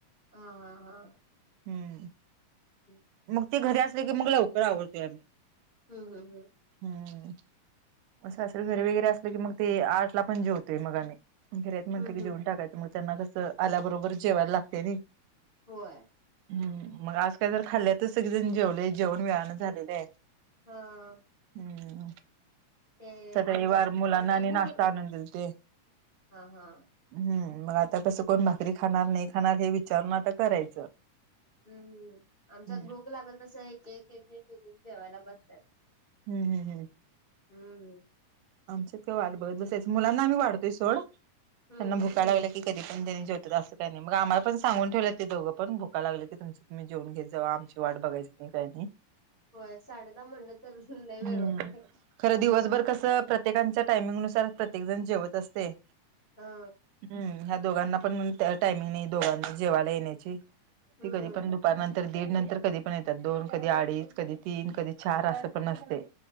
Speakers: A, on the left (about 25°); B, on the right (about 85°).
A: ह हा हा
B: हम्म
A: हम्म
B: मग ते घरी असले की मग लवकर आवडतोय आम्ही
A: हम् हम हम
B: हम्म असं असल घर वगैरे असल की मग ते आठला पण जेवतोय मग आम्ही घरेत म्हणते
A: हम्म
B: की
A: हम्म
B: जेऊन टाकायचं मग त्यांना कसं आल्याबरोबर जेवायला लागते नाही.
A: होय
B: हम्म मग आज काल तर खाल्ल्यातच सगळे जण जेवले जेवण वेयाानं झालेलं आहे.
A: हा
B: हम्म
A: ते
B: सतळीवार
A: आमच्यात
B: मुलांना
A: आमच्यात
B: आणि
A: भूक
B: नाश्ता आणून दिल ते
A: हा हा
B: हम्म मग आता कसं कोण भाकरी खाणार नाही खाणार हे विचारून आता करायचं.
A: हम्म आमचा
B: हम्म
A: भोक लागल तस एक एक एक एक एक जवायला बसतात.
B: हम् हम् हम
A: हम्म
B: आमच्यात वाट बघत बसेच मुलांना आम्ही वाढतोय सोड त्यांना
A: हम्म
B: भुकायला लागला क कधी पणनी जेवतात असं का नाही मगम्हाला पण सांून ठेवलं ते दोघं पण भुका लागलं क तुम तुम्ही जेवून घेत जा आमची वाट बघायं नाही काही नाही.
A: होय साडे दहा म्हणलं तर जुलाई वेळ
B: हम्म
A: होते.
B: खरं दिवसभर कसं प्रत्येकांच्या टायमिंगनुसार प्रत्येक जण जेवत असते.
A: हा
B: हम् ह्या दोघांना पण टायमिंग नाही दोघांना जेवायला येण्याची
A: हम्म
B: ठीक पण दुपार तर दीड नंतर कधी पण येतात दोन कधी अडीच कधी तीन कधी चार असं पणसते.